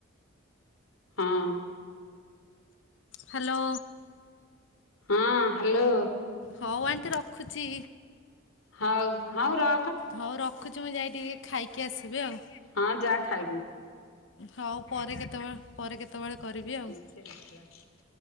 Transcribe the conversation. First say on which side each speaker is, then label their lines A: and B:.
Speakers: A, on the left (about 80°); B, on the left (about 60°).
A: ହଁ।
B: ହାଲୋ।
A: ହଁ ହାଲୋ।
B: ହଉ ଆଣ୍ଟି ରଖୁଛି।
A: ହଉ ହଉ ର
B: ହଉ ରଖୁଛି ମୁଁ ଯାଇ ଟିକେ ଖାଇକି ଆସିବି ଆଉ।
A: ହଁ ଯା ଖାଇବୁ।
B: ହଉ ପରେ କେତେବେଳେ ପରେ କେତେବେଳେ କରିବି ଆଉ।
A: <inaudible>